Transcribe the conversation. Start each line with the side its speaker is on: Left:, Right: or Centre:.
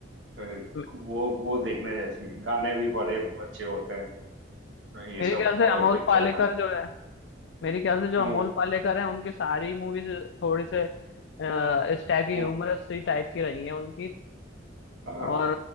Right: अ,
Left: मे-
Right: वो वो देखने जैसी है। गाने भी बड़े अच्छे होते हैं ये
Left: मेरे
Right: सब
Left: ख्याल से अमोल
Right: पिक्चर
Left: पालेकर
Right: में
Left: जो है मेरे ख्याल से जो
Right: हम्म
Left: अमोल पालेकर है उनकी सारी मूवीज थोड़ी से अ, इस टाइप की ह्यूमरस
Right: हम्म
Left: सी टाइप की रही है उनकी
Right: हाँ
Left: और
Right: हाँ